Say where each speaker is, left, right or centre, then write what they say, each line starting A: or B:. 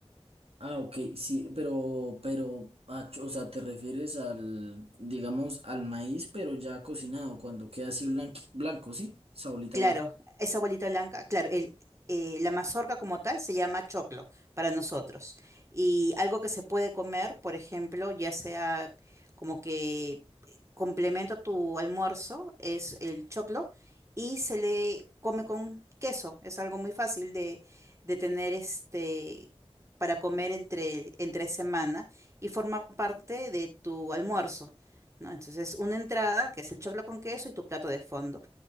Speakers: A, on the right (about 65°); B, on the right (about 25°).
A: Ah, ok, sí, pero, pero, ah, ch- o sea, te refieres al, digamos, al maíz, pero ya cocinado, cuando queda así blanqui- blanco, ¿sí? Esa bolita
B: Claro,
A: blanca.
B: esa bolita blanca, claro, el, eh, la mazorca como tal se llama choclo para nosotros. Y algo que se puede comer, por ejemplo, ya sea como que complemento a tu almuerzo, es el choclo y se le come con queso. Es algo muy fácil de, de tener este para comer entre, entre semana y forma parte de tu almuerzo, ¿no? Entonces, una entrada que es el choclo con queso y tu plato de fondo